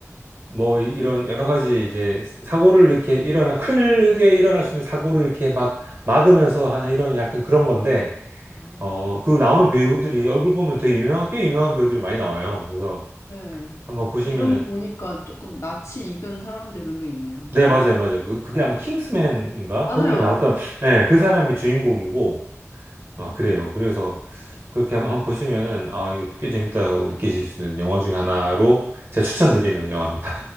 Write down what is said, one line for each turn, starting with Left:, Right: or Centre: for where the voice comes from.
Right: 뭐 이- 이런 여러 가지 이제 사고를 이렇게 일어나 크게 일어날 수 있는 사고를 이렇게 막 막으면서 하는 이런 약간 그런 건데
Left: 아.
Right: 어 그 나오는 배우들이 얼굴 보면 되게 유명한 꽤 유명한 배우들이 많이 나와요. 그래서
Left: 네.
Right: 한번 보시면은
Left: 이름 보니까 조금 낯이 익은 사람들이 몇 명 있네요.
Right: 네
Left: 와.
Right: 맞아요 맞아요 그 그게 아마 킹스맨인가
Left: 맞아요.
Right: 거기 나왔던 네그 사람이 주인공이고 아
Left: 아,
Right: 그래요. 그래서 그렇게 한번 한번 보시면은 아 이거 꽤 재밌다고 느끼실 수 있는 영화 중에 하나로 제가 추천드리는 영화입니다.